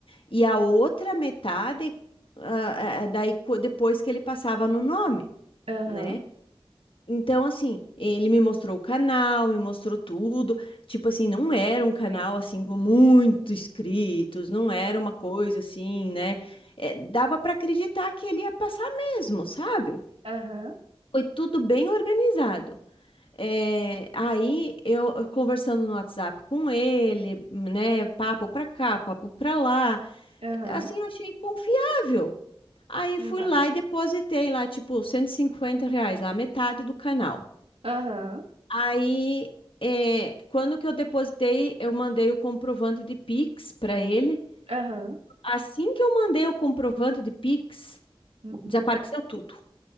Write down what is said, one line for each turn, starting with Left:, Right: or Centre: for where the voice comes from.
Left: e a outra metade, ah, ah, daí co- depois que ele passava no nome.
Right: aham,
Left: né? Então, assim, ele me mostrou o canal, me mostrou tudo. Tipo assim, não era um canal
Right: Sim.
Left: assim com muitos inscritos, não era
Right: Aham,
Left: uma coisa assim, né? É, dava para acreditar que ele ia passar mesmo, sabe?
Right: aham,
Left: Foi tudo bem organizado. É, aí eu eu conversando no WhatsApp com ele, né? Papo pra cá, papo pra lá.
Right: aham, aham,
Left: Assim, eu achei confiável. Aí fui
Right: aham.
Left: lá e depositei lá, tipo, 150 reais, lá, metade do canal.
Right: aham,
Left: Aí, é, quando que eu depositei, eu mandei o comprovante de Pix para ele.
Right: aham,
Left: Assim que eu mandei o comprovante de Pix,
Right: uhum.
Left: desapareceu tudo,